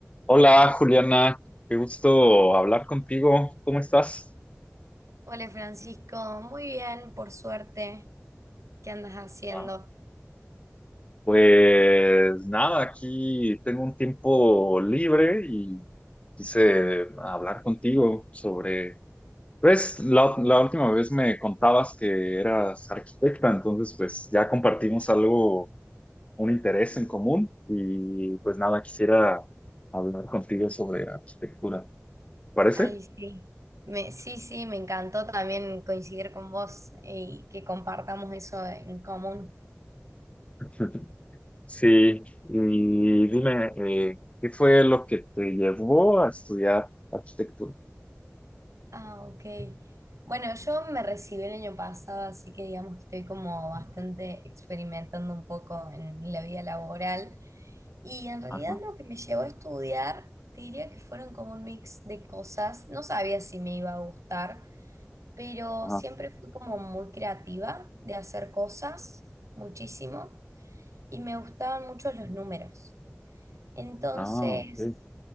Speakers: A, on the left (about 25°); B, on the right (about 75°).
A: Hola Juliana, qué gusto hablar contigo. ¿Cómo estás?
B: Hola Francisco, muy bien, por suerte. ¿Qué andas haciendo?
A: Ah, Pues nada, aquí tengo un tiempo libre y quise hablar contigo sobre, pues la, la última vez me contabas que eras arquitecta, entonces pues ya compartimos algo, un interés en común y pues nada, quisiera hablar contigo sobre arquitectura. ¿Te parece?
B: Ay, sí. Me, sí, sí, me encantó también coincidir con vos y que compartamos eso en común.
A: <laughs> Sí, y dime, eh, ¿qué fue lo que te llevó a estudiar arquitectura?
B: Ah, ok. Bueno, yo me recibí el año pasado, así que digamos que estoy como bastante experimentando un poco en la vida laboral. Y en realidad
A: Ajá,
B: lo que me llevó a estudiar, te diría que fueron como un mix de cosas. No sabía si me iba a gustar. pero
A: ajá,
B: siempre fui como muy creativa de hacer cosas, muchísimo, y me gustaban mucho los números. Entonces,
A: ah, ok.